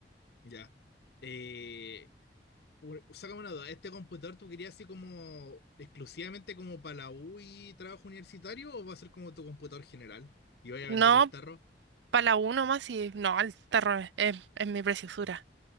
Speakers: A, on the left; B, on the right.
A: ya. Eh, u- sácame una duda, ¿este computador tú querías así como exclusivamente como para la U y trabajo universitario o va a ser como tu computador general? ¿Y vaya a
B: No
A: vender el tarro?
B: para la U nomás y no, el tarro es, es- es mi preciosura.